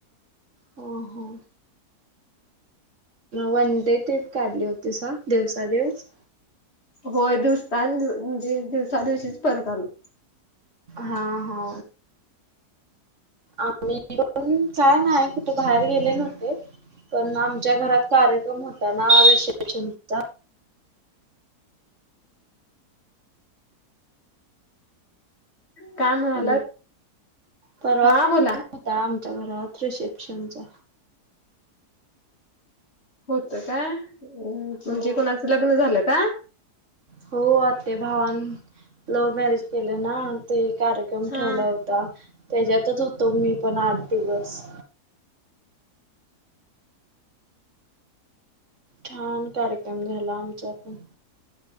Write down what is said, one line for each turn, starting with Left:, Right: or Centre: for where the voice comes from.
Right: हो हो. वन डे ट्रिप काढली होती स दिवसादिवस.
Left: होय दिवसता म्हणजे दिवसा दिवशीच परत आलो.
Right: हा हा आम्ही. पण काय नाही की तू बाहेर गेले नव्हते. पण आमच्या घरात कार्यक्रम होता ना विशेषचा
Left: काय म्हणालात
Right: हॅलो परवा
Left: हा बोला
Right: होता आमच्या घरात रिसेप्शनचा
Left: होत काय म्हणजे
Right: हो
Left: कोणाचं लग्न झालं का
Right: हो आ ते भावान लव्ह मॅरेज केले ना ते कार्यक्रम
Left: हा
Right: ठेवला होता त्याच्यातच होतो मी पण आठ दिवस छान कार्यक्रम झाला आमचा पण